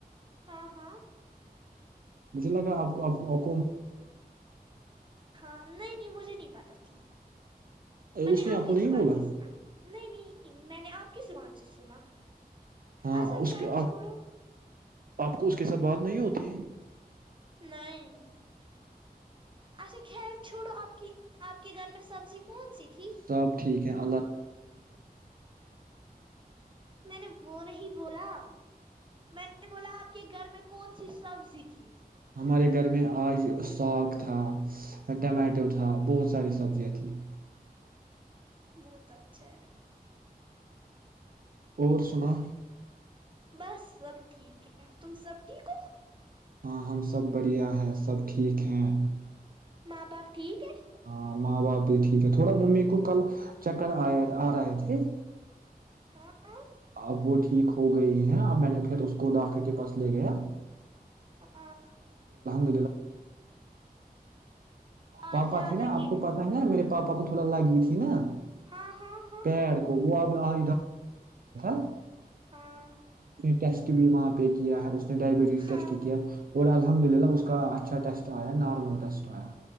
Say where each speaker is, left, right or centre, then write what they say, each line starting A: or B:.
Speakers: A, on the right; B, on the right.
A: ہاں ہاں <unintelligible>
B: مجھے لگا آپ کوپ
A: ہاں نہیں نہیں مجھے نہیں پتا پکی میں
B: اس
A: نے آپ کیس
B: کو نہیں
A: زبان
B: بولا
A: سے سنا نہیں نہیں میں نے آپ کسمان سے سنا
B: ہاں
A: اچھا
B: اس
A: خیر
B: کے
A: چھوڑو
B: آپ کو اس کے ساتھ بات نہیں ہوتی ہے
A: نہیں اچھا خیر چھوڑو آپ کی آپ کے گھر میں سبزی کون سی تھی
B: سب ٹھیک ہے <unintelligible>
A: میں نے وہ نہیں بولا میں نے بولا آپ کے گھر میں کون سی سبزی تھی
B: ہمارے گھر میں آج ساگ تھا ٹمیٹو تھا بہت ساری سبزیاں تھیں
A: بہت اچھا
B: اور سنا
A: بس سب ٹھیک ہے تم سب ٹھیک ہو
B: ہاں ہم سب بڑھیا ہیں سب ٹھیک ہیں
A: ماں باپ ٹھیک ہے
B: ہاں ماں باپ بھی ٹھیک ہے تھوڑا ممی کو کل چکر آ آ رہے تھے
A: <unintelligible>
B: اب وہ ٹھیک ہو گئی ہیں اب میں نے پھر اس کو ڈاکٹر کے پاس لے گیا
A: <unintelligible>
B: <inaudible>
A: آج
B: پاپا
A: زیادہ
B: تھے نا
A: کی
B: آپ کو پتا ہے نا میرے پاپا کو تھوڑا لگی تھی نا
A: ہاں ہاں ہاں
B: پیر کو آ
A: <unintelligible>
B: <unintelligible> <unintelligible> ٹیسٹ بھی وہاں پہ کیا ہے اس نے ڈائبٹی
A: ہاں
B: ٹیسٹ کی اور الحمدللہ اس کا اچھا ٹیسٹ ایا نارمل ٹیسٹ ایا